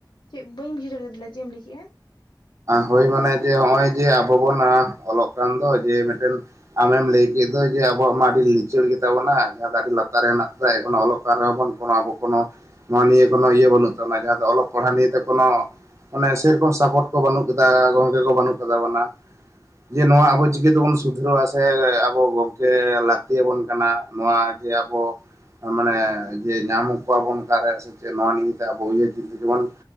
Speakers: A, on the left; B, on the right.
A: ᱪᱮᱫ ᱵᱟᱹᱧ ᱵᱩᱡᱷᱟᱹᱣ ᱫᱟᱲᱮᱭᱟ <unintelligible> ᱫᱮᱞᱟ ᱪᱮᱫ ᱮᱢ ᱞᱟᱹᱭ ᱠᱮᱜᱼᱟ?
B: ᱦᱳᱭ ᱢᱟᱱᱮ ᱡᱮ ᱦᱚᱜᱼᱚᱭ ᱡᱮ ᱟᱵᱚ ᱵᱚᱱ ᱚᱞᱚᱜ ᱠᱟᱱ ᱫᱚ ᱡᱮ ᱢᱮᱫᱴᱮᱱ ᱟᱢᱮᱢ ᱞᱮᱭ ᱠᱮᱫ ᱫᱚ ᱡᱮ ᱟᱵᱚᱣᱟᱜ ᱢᱟ ᱟᱹᱰᱤ ᱞᱤᱪᱟᱹᱲ ᱜᱮᱛᱟᱵᱚᱱᱟ ᱡᱟᱦᱟᱸ ᱫᱚ ᱟᱹᱰᱤ ᱞᱟᱛᱟᱨ ᱨᱮ ᱦᱮᱱᱟᱜ <unintelligible> ᱮᱠᱷᱚᱱᱚ ᱚᱞᱚᱜ ᱠᱟᱱ ᱨᱮᱦᱚ ᱵᱚᱱ ᱠᱚᱱᱳ ᱟᱵᱚ ᱠᱚᱱᱳ ᱱᱚᱣᱟ ᱱᱤᱭᱮ ᱠᱳᱱᱳ ᱤᱭᱟᱹ ᱵᱟᱹᱱᱩᱜ ᱛᱟᱵᱚᱱᱟ, ᱡᱟᱦᱟᱸ ᱫᱚ ᱚᱞᱚᱜ ᱯᱟᱲᱦᱟᱜ ᱱᱤᱭᱮ ᱛᱮ ᱠᱚᱱᱚ ᱢᱟᱱᱮ ᱥᱮᱨᱚᱠᱚᱢ ᱥᱟᱯᱳᱨᱴ ᱾ ᱠᱚ ᱵᱟᱹᱱᱩᱜ ᱠᱟᱫᱟ ᱜᱚᱝᱠᱮ ᱠᱚ ᱵᱟᱹᱱᱩᱜ ᱠᱚᱛᱟ ᱵᱚᱱᱟ᱾ ᱡᱮ ᱱᱚᱣᱟ ᱟᱵᱚ ᱪᱤᱠᱟᱹ ᱛᱮᱵᱚᱱ ᱥᱩᱫᱷᱨᱟᱹᱣᱟ ᱥᱮ ᱟᱵᱚ ᱜᱚᱝᱠᱮ ᱞᱟᱹᱠᱛᱤᱭᱟᱵᱚᱱ ᱠᱟᱱᱟ ᱱᱚᱣᱟᱼᱼ ᱡᱮ ᱟᱵᱚᱼᱼ ᱢᱟᱱᱮ ᱡᱮ ᱧᱟᱢ ᱠᱚᱣᱟᱵᱚᱱ ᱚᱠᱟᱨᱮ ᱥᱮ ᱪᱮᱫ ᱱᱚᱣᱟ ᱱᱤᱭᱮᱛᱮ ᱟᱵᱚ ᱩᱭᱦᱟᱹᱨ ᱪᱤᱱᱛᱟᱹ ᱡᱮᱢᱚᱱᱼᱼ